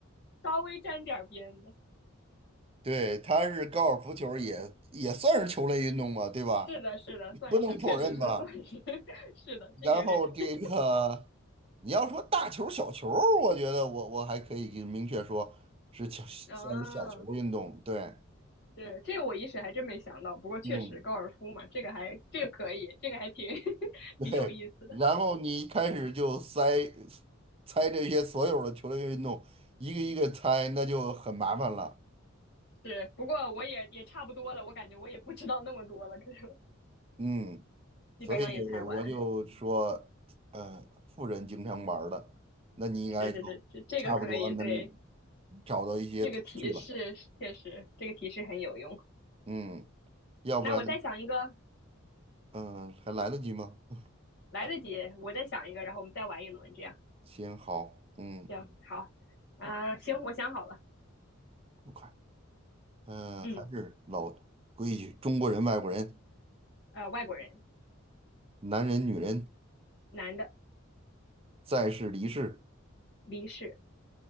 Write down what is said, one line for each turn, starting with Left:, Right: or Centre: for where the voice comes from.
Left: 稍微沾点边的。
Right: 对，他是高尔夫球也也算是球类运动嘛，对吧？
Left: 是的，是的，算是，
Right: 不能否认吧？
Left: 确实是算是，<laughs> 是的，这个有点这
Right: 然后这个你要说大球小球，我觉得我我还可以给明确说是小算是小球运动，
Left: 啊，
Right: 对，
Left: 对，这个我一时还真没想到。不过确实高尔夫嘛，
Right: 嗯。
Left: 这个还这个可以，<laughs> 这个还挺 <laughs>
Right: <laughs> 对，
Left: 挺有意思的。
Right: 然后你一开始就塞猜这些所有的球类运动，一个一个猜，那就很麻烦了。
Left: 是，不过我也也差不多了，我感觉我也不知道那么多了，可是。
Right: 嗯，
Left: 基本上也猜完。
Right: 所以我就说，呃，富人经常玩儿的，那你应该就
Left: 是是是，这这个可以，
Right: 差不多能
Left: 对，
Right: 找到一些头绪了。
Left: 这个提示确实，这个提示很有用。
Right: 嗯，要不然，
Left: 那我再想一个，
Right: 嗯、还来得及吗？<laughs>
Left: 来得及，我再想一个，然后我们再玩一轮，这样
Right: 行，好，嗯，
Left: 行好。啊、行，我想好了，
Right: 不快，嗯、
Left: 嗯，
Right: 还是老规矩，中国人、外国人，
Left: 呃，外国人，
Right: 男人、女人，
Left: 男的，
Right: 在世、离世
Left: 离世，